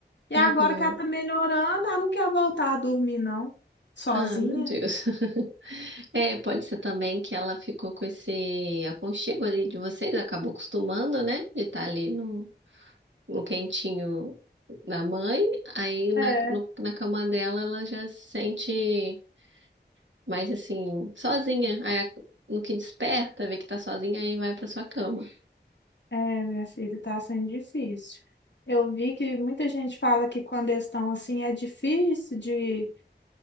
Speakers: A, on the left; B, on the right.
A: E agora
B: uhum.
A: que ela tá melhorando, ela não quer voltar a dormir, não, sozinha.
B: Ah, meu Deus. <laughs> É, pode ser também que ela ficou com esse aconchego ali de vocês, acabou acostumando, né? De estar ali no, no quentinho da mãe, aí na,
A: É,
B: no- na cama dela ela já se sente. Mas assim, sozinha. Aí a- no que desperta, vê que tá sozinha, aí vai pra sua cama.
A: é, minha filha, tá sendo difícil. Eu vi que muita gente fala que quando eles estão assim é difícil de